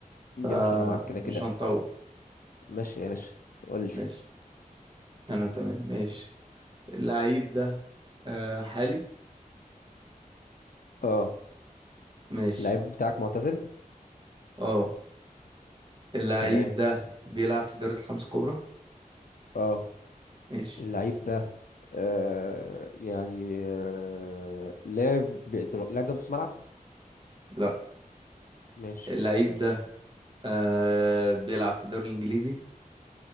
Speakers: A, on the right; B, on the left.
A: فمش
B: يا باشا انا معاك كده كده
A: هنطول
B: ماشي يا باشا قول لي
A: ماشي انا تمام ماشي اللعيب ده آه حالي
B: اه
A: ماشي
B: اللعيب بتاعك معتزل
A: اه اللعيب
B: تمام
A: ده بيلعب في الدوريات الخمسة الكبرى
B: اه
A: ماشي
B: اللعيب ده آه يعني آه لاعب بيقدر- اللاعب ده نص ملعب
A: لا
B: ماشي
A: اللعيب ده آه بيلعب في الدوري الانجليزي